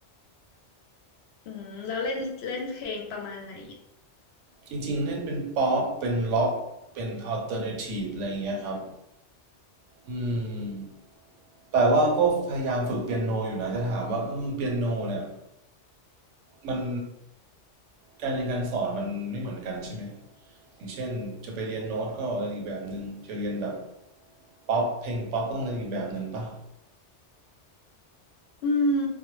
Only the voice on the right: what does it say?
จริงๆเล่นเป็นป๊อปเป็นล็อกเป็นอัลเทอร์เนทีฟอะไรอย่างเงี้ยครับอืมแต่ว่าก็พยายามฝึกเปียโนอยู่นะจะถามว่าเออเปียโนเนี่ยมันการเรียนการสอนมันไม่เหมือนกันใช่ไหมอย่างเช่นจะไปเรียนโน้ตก็เรียนอีกแบบหนึ่งจะเรียนแบบป๊อปเพลงป๊อปก็ต้องเรียนอีกแบบหนึ่งปะ